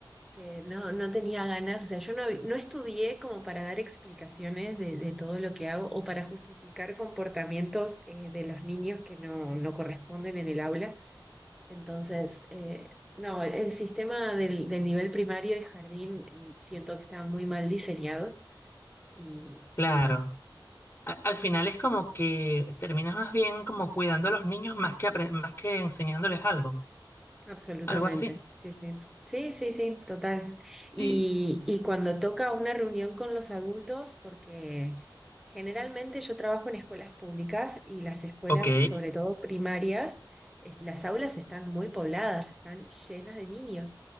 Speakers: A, in the centre; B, on the left.
A: que no, no tenía ganas, o sea, yo no, hab- no estudié como para dar explicaciones de, de todo lo que hago o para justificar comportamientos eh, de los niños que no, no corresponden en el aula. Entonces, eh, no, el sistema del, del nivel primario y jardín eh, siento que está muy mal diseñado y,
B: Claro.
A: y bueno.
B: A- al final es como que terminas más bien como cuidando a los niños más que, apren- más que enseñándoles algo,
A: Absolutamente,
B: algo así.
A: sí, sí. Sí, sí, sí, total. Y,
B: Sí,
A: y cuando toca una reunión con los adultos, porque generalmente yo trabajo en escuelas públicas y las escuelas,
B: ok.
A: sobre todo primarias, es- las aulas están muy pobladas, están llenas de niños.